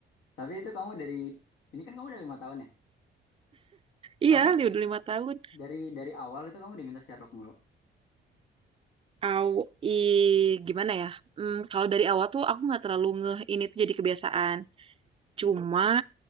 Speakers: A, on the left; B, on the right.
A: Tapi itu kamu dari ini kan kamu udah lima tahun ya.
B: Iya,
A: Kamu
B: dia udah lima tahun.
A: dari dari awal itu kamu diminta Sherlock mulu.
B: Aw, i, gimana ya? Hmm, kalau dari awal tuh aku nggak terlalu ngeh ini tuh jadi kebiasaan. Cuma